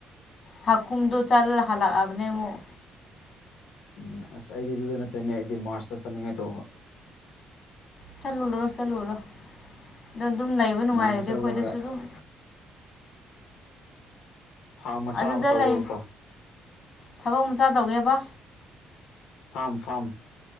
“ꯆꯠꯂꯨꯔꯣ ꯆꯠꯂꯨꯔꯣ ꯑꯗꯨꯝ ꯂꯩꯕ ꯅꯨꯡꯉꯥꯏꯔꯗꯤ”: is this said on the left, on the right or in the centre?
Left